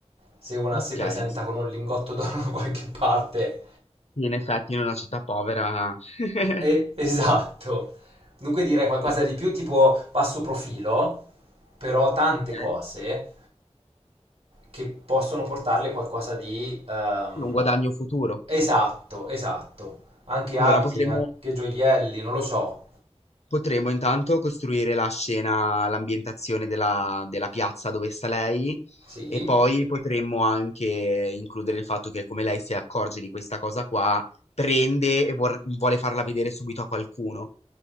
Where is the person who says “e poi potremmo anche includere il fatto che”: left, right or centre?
Left